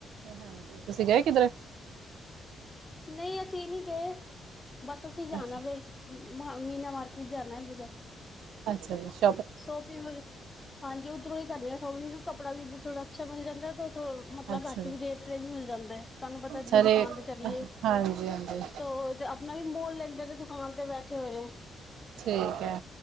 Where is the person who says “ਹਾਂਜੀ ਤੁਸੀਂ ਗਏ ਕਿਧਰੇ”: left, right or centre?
Right